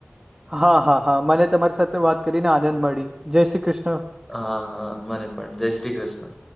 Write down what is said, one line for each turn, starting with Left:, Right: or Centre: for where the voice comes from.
Right: હા હા હા મને તમારી સાથે વાત કરીને આનંદ મળી જય શ્રી કૃષ્ણ.
Centre: હા મને પણ જય શ્રી કૃષ્ણ.